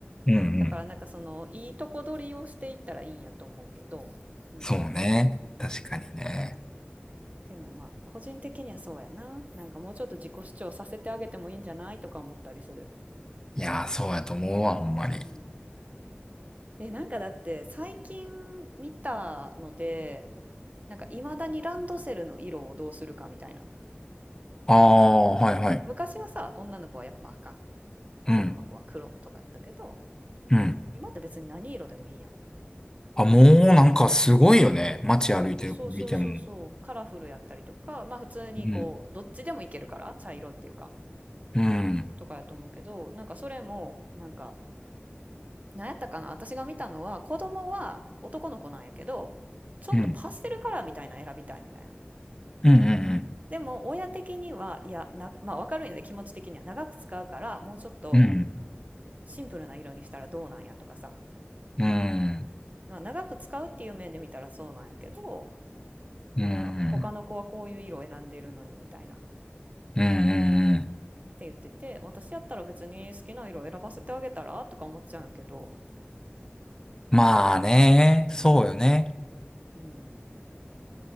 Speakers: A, on the left; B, on the right.
A: うんうん。
B: だからなんかそのいいとこ取りをしていったらいいんやと思うけど、うん
A: そうね。確かにね。
B: うんでもまあ個人的にはそうやな。なんかもうちょっと自己主張させてあげてもいいんじゃないとか思ったりする。
A: いやー、そうやと思うわ、ほんまに。
B: うん。え、なんかだって最近見たので、なんかいまだにランドセルの色をどうするかみたいな。
A: ああ、はいはい。
B: 昔はさ、女の子はやっぱ赤、男の子は黒とかやったけど、
A: うん。うん。
B: 今って別に何色でもいいやん。
A: あ、もうなんかすごいよね。街歩いてる子見ても。
B: そう、そうそうそうそう、カラフルやったりとか、まあ普通にこう、
A: うん。
B: どっちでもいけるから、茶色っていうか、
A: うん。
B: とかやと思うけど、なんかそれも、なんか、なんやったかな、私が見たのは、子供は男の子なんやけど、ちょっとパステルカラーみたいなの選びたいみたいな。
A: うん。うんうん
B: でも、親的には、いや、な、まあわかるんやで、気持ち的には長く使うから、もうちょっと
A: うん。うん。
B: シンプルな色にしたらどうなんやとかさ、
A: うん。
B: まあ長く使うっていう面で見たらそうなんやけど、
A: うん。
B: なんか、他の子はこういう色を選んでるのにみたいな。
A: うんうんうん
B: って言ってて、私やったら別に好きな色選ばせてあげたらとか思っちゃうんやけど、
A: まあね。そうよね。
B: うん、